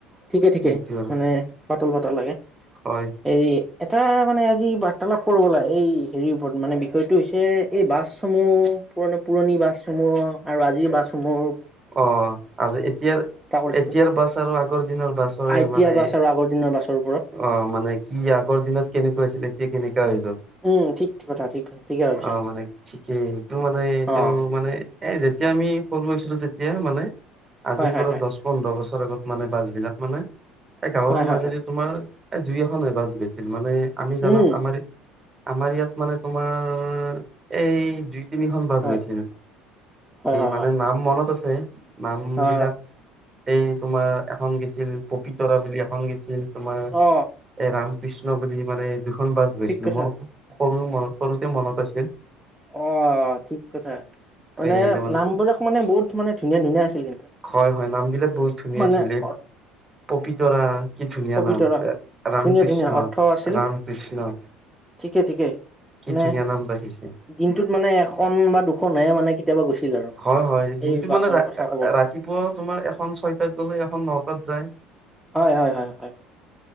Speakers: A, in the centre; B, on the right.
A: ঠিকে ঠিকে
B: এইটো আৰু
A: মানে পাতল পাতল লাগে
B: হয়।
A: হৰি এটা মানে আজি বাৰ্তালাপ কৰিব লাগে এই হেৰিৰ ওপৰত মানে সটো হৈছে এই বাছসমূহ পুৰণা পুৰণি বাছসমূহ আৰু আজিৰ বাছসমূহ
B: অ আজি এতিয়া
A: কৰিছিলো
B: এতিয়াৰ বাছ আৰু আগৰ দিনৰ বাছৰে
A: আই টি
B: মানে
A: আৰ বাছ আৰু আগৰ দিনৰ বাছৰ ওপৰত
B: অ মানে কি আগৰ দিনত কে গৈছিলে কেকিনি হৈ গল
A: উম ঠিক কথা ঠিক ঠিকে ভাবিছা
B: অ মানে ঠিকেই এইটো মানে এইটো
A: অ
B: মানে এ যেতিয়া আমি সৰু হৈছিলো যে এতিয়া মানে আজিৰ
A: হয় হয়
B: পৰা
A: হয়
B: দছ পোন্ধৰ বছৰ আগত মানে বাছবিলাক মানে এই গাঁৱৰৰ
A: হয় হয়
B: মাজেদি
A: হয়
B: তোমাৰ এই দুই এখন হে বাছ গৈছিল মানে আমি জানাত
A: উম
B: আমাৰ আমাৰ ইয়াত মানে তোমাৰ এই দুই তিনিখন বাছ
A: হয়
B: গৈছিল
A: হয় হয়
B: মানে
A: হয়
B: নাম মনত আ হে নাম
A: হয়
B: বিলাক এই তোমাৰ এখন গৈছিল পপিতৰা বুলি এখন গেছিল তোমাৰ
A: অ
B: এৰাম কৃষ্ণ বুলি মানে দুখ খন বাছ গৈছিল
A: ঠিক কথা
B: মোৰ সৰু মই সৰুতে মনত আছে
A: অ ঠিক কথা মানে
B: এই তাৰমানে
A: নামবোৰক মানে বহুত মানে ধুনীয়া ধুনীয়া আছিল কিন্তু
B: হয় হয় নামবিলাক বহুত ধুনীয়া
A: মানে
B: আছিল এই
A: অ
B: পপিতৰা কি ধুনীয়া
A: পবিতৰা
B: নাম ৰাম
A: ধুনীয়া
B: কৃষ্ণ
A: ধুনীয়া অৰ্থ আছিল
B: ৰাম কৃষ্ণ
A: ঠিকে ঠিকে
B: কি
A: মানে
B: ধুনীয়া নাম ৰাখিছে
A: দিনটোত মানে এখন বা দুখননে হে মানে কেতিয়াবা গৈছিল আৰু
B: হয় হয় দিনটো
A: এই বাছৰ
B: মানে ৰাতিপুৱা
A: কথা ক'বল
B: তোমাৰ এখন ছয়টাত গলে এখন নটাত যায়
A: হয় হয়